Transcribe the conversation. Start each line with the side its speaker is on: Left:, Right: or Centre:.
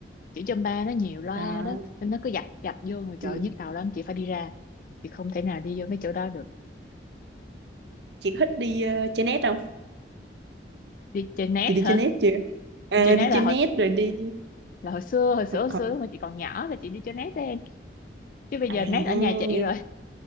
Left: chữ châm ba nó nhiều loa
Right: Rồi,
Left: đó nên nó cứ dập dập vô người trời
Right: ừ.
Left: ơi, nhức đầu lắm chị phải đi ra chị không thể nào đi vô mấy chỗ đó được
Right: chị có thích đi ờ, chơi net không
Left: đi chơi net
Right: chị đi
Left: hả
Right: chơi net chưa à,
Left: đi chơi net
Right: đi
Left: là
Right: chơi net
Left: hồi
Right: rồi đi
Left: là hồi xưa hồi xưa
Right: thực
Left: hồi xưa
Right: hành
Left: hồi chị còn nhỏ là chị đi chơi net đó em chứ bây
Right: à
Left: giờ net ở nhà chị rồi